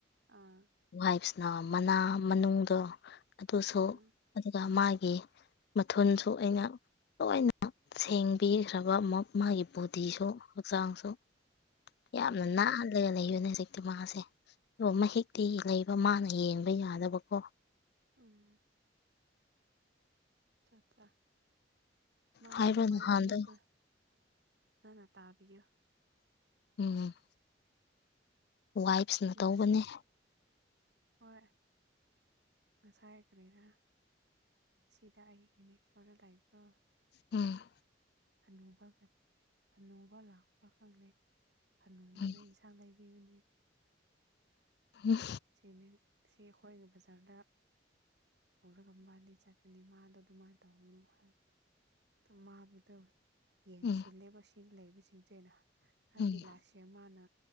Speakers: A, on the right; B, on the left.
A: ꯑꯥ
B: ꯋꯥꯏꯐꯁꯅ ꯃꯅꯥ ꯃꯅꯨꯡꯗꯣ ꯑꯗꯨꯁꯨ
A: ꯑꯥ
B: ꯑꯗꯨꯒ ꯃꯥꯒꯤ ꯃꯊꯣꯟꯁꯨ ꯑꯩꯅ ꯂꯣꯏꯅ ꯁꯦꯡꯕꯤꯈ꯭ꯔꯕ ꯑꯃꯨꯛ ꯃꯥꯒꯤ ꯕꯣꯗꯤꯁꯨ ꯍꯛꯆꯥꯡꯁꯨ ꯌꯥꯝꯅ
A: ꯑꯣ
B: ꯅꯥ ꯂꯩ ꯂꯩꯌꯨꯅꯦ ꯍꯧꯖꯤꯛꯇꯤ ꯃꯥꯁꯦꯣ ꯃꯍ ꯍꯦꯛꯇꯤ ꯂꯩꯕ ꯃꯥꯅ ꯌꯦꯡꯕ ꯌꯥꯗꯕꯀꯣ
A: ꯎꯝ ꯠꯆꯥ ꯃꯥꯒꯤ
B: ꯍꯥꯏꯔꯣ
A: ꯃꯃꯥꯏ
B: ꯅꯍꯥꯟꯗꯣ
A: ꯃ ꯃꯤꯠꯇ ꯅ ꯅ ꯇꯥꯕꯌ
B: ꯎꯝ ꯋꯥꯏꯐꯁꯅ
A: ꯅꯨꯡꯁꯤ
B: ꯇꯧꯕꯅꯦ
A: ꯍꯣꯏ ꯉꯁꯥꯏꯈ꯭ꯔꯦꯔꯥ ꯁꯤꯗ ꯑꯩꯒꯤ ꯅꯦꯛꯁ ꯑꯣꯗ ꯂꯥꯏꯐꯇꯣ
B: ꯎꯝ
A: ꯑꯅꯧꯕ ꯑꯅꯧꯕ ꯂꯥꯛꯄ꯭ꯔꯥ ꯈꯪꯗ ꯑꯅꯧꯕꯅ
B: ꯎꯝ
A: ꯏꯁꯥ ꯂꯩꯕꯤꯕꯅꯦ
B: ꯎꯝ
A: ꯁꯤꯅꯦ ꯁꯤ ꯑꯩꯈꯣꯏꯒꯤ ꯕꯖꯥꯔꯗ ꯄꯨꯔꯒ ꯃꯥꯗꯤ ꯆꯠꯦ ꯑꯗꯤ ꯃꯥꯗꯣ ꯑꯗꯨꯃꯥꯏꯅ ꯇꯧꯍꯧꯅꯨ ꯍꯥꯏꯕꯗꯣ ꯑꯣ ꯃꯥꯕꯨꯗ ꯌꯦꯡꯁꯤꯜꯂꯦꯕ
B: ꯎꯝ ꯎꯝ
A: ꯁꯤꯅ ꯂꯩꯕꯁꯤꯡꯁꯦ ꯑꯩꯅ ꯍꯥꯏꯕꯗꯤ
B: ꯎꯝ
A: ꯂꯥꯁꯁꯤ ꯃꯥꯅ